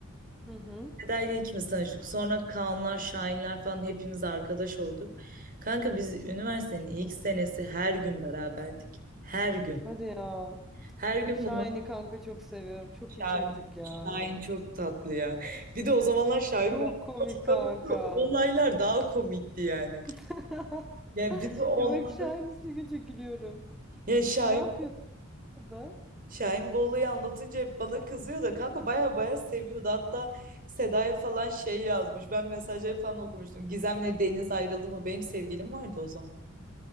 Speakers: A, in the centre; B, on the right (about 40°).
A: Hı hı.
B: Feda'yla ikimiz tanıştık. Sonra Kaanlar, Şahinler falan hepimiz arkadaş olduk. Kanka biz üniversitenin ilk senesi her gün beraberdik. Her gün.
A: Hadi ya.
B: Her gün
A: Şahin'i
B: bunlar
A: kanka çok seviyorum. Çok
B: Şahin.
A: iyi çocuk ya.
B: Şahin çok tatlı ya. Bir de o zamanlar Şahin
A: Çok
B: ben
A: komik kanka.
B: tanıyordu. Olaylar daha komikti yani.
A: <laughs>
B: Yani bizi onları
A: Ya bak şu an ismini çok gülüyorum.
B: ya Şahin
A: Ne yapıyordu orada?
B: Şahin bu olayı anlatınca hep bana kızıyor da kanka baya baya seviyordu. Hatta Seda'ya falan şey yazmış. Ben mesajları falan okumuştum. Gizem'le Deniz ayrıldı mı? Benim sevgilim vardı o zaman.